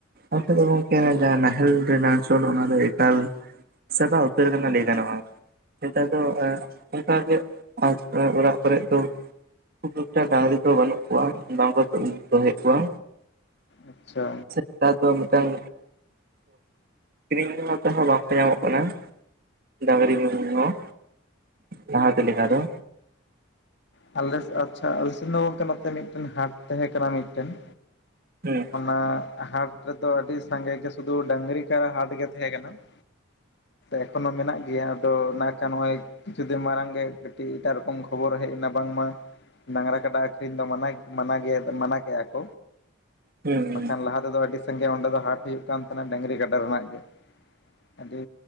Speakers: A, on the right (about 45°); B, on the left (about 55°).
A: ᱟᱠᱷᱟ ᱫᱚ ᱜᱚᱝᱠᱮ ᱡᱟᱦᱟᱸ ᱱᱟᱦᱮᱞ ᱨᱮᱱᱟᱜ ᱪᱚᱞ ᱚᱱᱟ ᱫᱚ ᱮᱠᱟᱞ ᱥᱟᱵᱟ ᱩᱛᱟᱹᱨ ᱠᱟᱱᱟ ᱞᱟᱹᱭ ᱜᱟᱱᱚᱜᱼᱟ ᱱᱮᱛᱟᱨ ᱫᱚ ᱚᱱᱠᱟᱜ ᱜᱮ ᱚᱲᱟᱜ ᱠᱚᱨ ᱫᱚ ᱠᱷᱩᱠᱴᱟ ᱰᱟᱝᱨᱤ ᱠᱚ ᱵᱟᱹᱱᱩᱜ ᱠᱚᱣᱟ ᱵᱟᱝᱠᱚ ᱫᱚᱦᱚᱭᱮᱫ ᱠᱚᱣᱟ᱾
B: ᱟᱪ-ᱪᱷᱟ
A: ᱱᱮᱛᱟᱨ ᱫᱚ ᱢᱤᱫᱴᱟᱝ ᱠᱤᱨᱤᱧ ᱛᱮᱦᱚᱸ ᱵᱟᱝᱠᱚ ᱧᱟᱢᱚᱜ ᱠᱟᱱᱟ ᱾ ᱰᱟᱝᱨᱤ ᱢᱮᱨᱚᱢ ᱡᱚᱝ ᱞᱟᱦᱟᱛᱮ ᱞᱮᱠᱟ ᱫᱚ᱾
B: ᱟᱞᱮ ᱥᱮ ᱟᱪ-ᱪᱷᱟ ᱟᱞᱮ ᱥᱮᱫ ᱫᱚ ᱜᱚᱝᱠᱮ ᱱᱚᱛᱮ ᱢᱤᱫᱴᱮᱱ ᱦᱟᱴ ᱛᱟᱦᱮᱸ ᱠᱟᱱᱟ ᱢᱤᱫᱴᱮᱱ᱾
A: ᱦᱩᱸ
B: ᱚᱱᱟ ᱦᱟᱴ ᱨᱮᱫᱚ ᱟᱹᱰᱤ ᱥᱟᱸᱜᱮ ᱜᱮ ᱥᱩᱫᱩ ᱰᱟᱝᱨᱤ ᱠᱟᱨᱟ ᱦᱟᱴ ᱜᱮ ᱛᱟᱦᱮᱸ ᱠᱟᱱᱟ ᱾ ᱮᱠᱷᱚᱱᱚ ᱢᱮᱱᱟᱜ ᱜᱮᱭᱟ ᱟᱫᱚ ᱱᱟᱜ‌ ᱠᱷᱟᱱ ᱦᱳᱭ ᱠᱤᱪᱷᱩ ᱫᱤᱱ ᱢᱟᱲᱟᱝ ᱜᱮ ᱠᱟᱹᱴᱤᱡ ᱮᱴᱟᱜ ᱨᱚᱠᱚᱢ ᱠᱷᱚᱵᱚᱨ ᱦᱮᱡ ᱱᱟ ᱵᱟᱝᱢᱟ ᱰᱟᱝᱨᱟ ᱠᱟᱰᱟ ᱟᱹᱷᱨᱤᱧ ᱫᱚ ᱢᱟᱱᱟ ᱜᱮ ᱢᱟᱱᱟ ᱜᱮᱭᱟ ᱢᱟᱱᱟ ᱠᱮᱫ
A: ᱦᱩᱸ
B: ᱵᱟᱠᱷᱟᱱ ᱞᱟᱦᱟ ᱚᱸᱰᱮ ᱫᱚ ᱟᱹᱰᱤ ᱥᱟᱸᱜᱮ ᱚᱸᱰᱮ ᱫᱚ ᱦᱟᱴ ᱦᱩᱭᱩᱜ ᱠᱟᱱ ᱛᱟᱦᱮᱱᱟ ᱰᱟᱹᱝᱨᱤ ᱜᱟᱰᱟ ᱨᱮᱱᱟᱜ ᱜᱮ ᱟᱹᱰᱤ